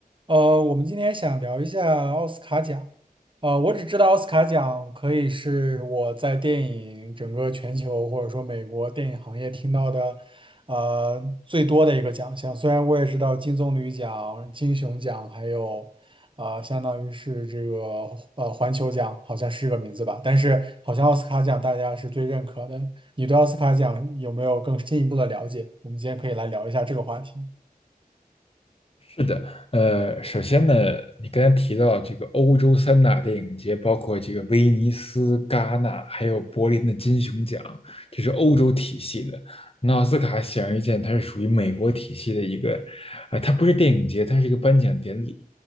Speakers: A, on the right (about 35°); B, on the left (about 40°).
A: 呃，我们今天想聊一下奥斯卡奖。呃，我只知道奥斯卡奖可以是我在电影整个全球或者说美国电影行业听到的，呃，最多的一个奖项。虽然我也知道金棕榈奖、金熊奖，还有呃，相当于是这个呃环球奖，好像是这个名字吧。但是好像奥斯卡奖大家是最认可的。你对奥斯卡奖有没有更进一步的了解？我们今天可以来聊一下这个话题。
B: 是的，呃，首先呢，你刚才提到这个欧洲三大电影节，包括这个威尼斯、戛纳，还有柏林的金熊奖，这是欧洲体系的。那奥斯卡显而易见，它是属于美国体系的一个，呃，它不是电影节，它是一个颁奖典礼。